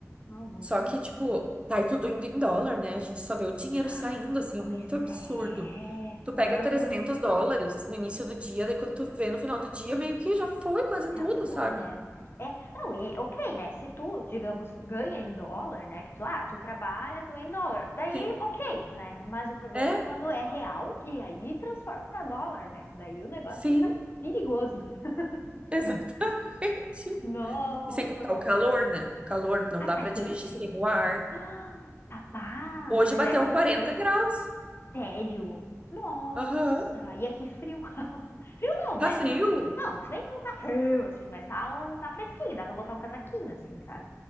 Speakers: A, on the left; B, on the right.
A: não, muito
B: Só
A: bom.
B: que, tipo, tá aí tudo indo em dólar, né? A gente só vê o dinheiro
A: <gasps> Ah,
B: saindo, assim,
A: Pois
B: é muito absurdo.
A: é,
B: Tu
A: não.
B: pega 300 dólares no início do dia, daí quando tu vê no final do dia, meio que já foi quase tudo,
A: Já foi,
B: sabe?
A: né? É, não, e ok, né? Se tu, digamos, ganha em dólar, né? Que tu, ah, tu trabalha, tu ganha em dólar. Daí,
B: Sim.
A: ok, né? Mas o problema
B: É,
A: é quando é real e aí transforma pra dólar, né? Daí o negócio
B: sim,
A: fica perigoso, né? <laughs>
B: <laughs> exato. <laughs>
A: Nossa
B: E sem contar o calor,
A: Senhora.
B: né? Calor, não
A: Ah,
B: dá
A: tá
B: pra
A: quente?
B: dirigir sem o ar.
A: <gasps> Ah, Rapaz,
B: Hoje
A: mas
B: bateu
A: é aquele
B: 40
A: calor
B: graus.
A: Tédio. Nossa,
B: Aham.
A: e aqui frio. <laughs> Frio não, né?
B: Tá frio?
A: Mas- Não, se bem que não tá frio, assim, mas tá, um, tá fresquinho, dá pra botar um casaquinho, assim, sabe?